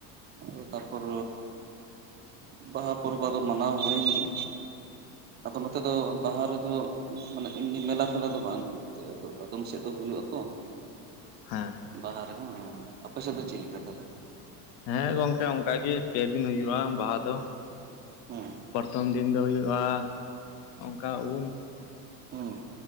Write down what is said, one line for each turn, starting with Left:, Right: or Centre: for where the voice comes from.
Right: ᱟᱫᱚ ᱛᱟᱨᱯᱚᱨ ᱵᱟᱦᱟ ᱯᱚᱨᱚᱵᱽ ᱟᱫᱚ ᱢᱟᱱᱟᱣ ᱦᱳᱭᱮᱱ ᱜᱤ᱾
Left: <inaudible>
Right: ᱟᱫᱚ ᱱᱚᱛᱮ ᱫᱚ ᱵᱟᱦᱟ ᱨᱮᱫᱚ ᱢᱟᱱᱮ ᱮᱢᱱᱤ ᱢᱮᱞᱟ ᱯᱷᱮᱞᱟ ᱫᱚ ᱵᱟᱝ ᱦᱩᱭᱩᱜ ᱜᱮᱭᱟ᱾ ᱟᱫᱚᱢ ᱥᱮᱫ ᱫᱚ ᱦᱩᱭᱩᱜᱼᱟ ᱛᱚ᱾
Left: ᱦᱮᱸ᱾
Right: ᱵᱟᱦᱟ ᱨᱮᱦᱚᱸ ᱦᱮᱸ ᱟᱯᱮ ᱥᱮᱫ ᱫᱚ ᱪᱮᱫ ᱞᱮᱠᱟ ᱛᱟᱦᱞᱮ?
Left: ᱦᱮᱸ ᱜᱚᱝᱠᱮ ᱚᱱᱠᱟ ᱜᱮ ᱯᱮ ᱫᱤᱱ ᱦᱩᱭᱩᱜᱼᱟ ᱵᱟᱦᱟ ᱫᱚ᱾
Right: ᱦᱮᱸ᱾
Left: ᱯᱚᱨᱛᱷᱚᱢ ᱫᱤᱱ ᱫᱚ ᱦᱩᱭᱩᱜᱼᱟ ᱚᱱᱠᱟ ᱩᱢ
Right: ᱦᱩᱸ᱾